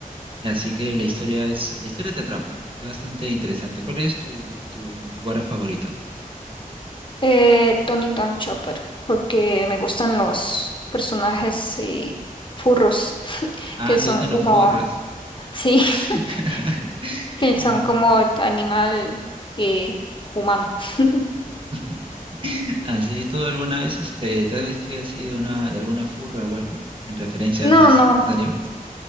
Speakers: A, on the right (about 35°); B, on the left (about 35°).
A: así que la historia es, la historia te atrapa, es bastante interesante. ¿Cuál es tu, tu Mugiwara favorito?
B: Eh, Tony Tom Chopper, porque me gustan los personajes eh, furros, <laughs>
A: Ah,
B: que son
A: ¿te gustan
B: como,
A: los furros?
B: sí,
A: <laughs>
B: <laughs> que
A: Mm,
B: son como animal eh, humano. <laughs>
A: <laughs> ¿Así tú alguna vez este, te has vestido así de una, de alguna furra o algo en referencia
B: No,
A: a estas,
B: no.
A: a estos animes?